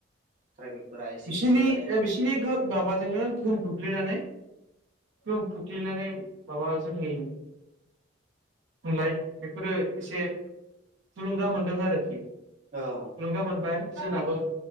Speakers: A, on the right; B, on the right.
A: ट्राइबेलफोरा एसे
B: बिसिनि
A: एसे माने
B: ओ बिसिनि गो माबा जोङो गोहोम खोख्लैनानै गोहोम खोख खोख्लैनानै माबा जोंनि थुनलाइ बेफोरो एसे थुलुंगा मोनदों आरोखि थुलुंगा
A: औ
B: मोनबाय जोंनाबो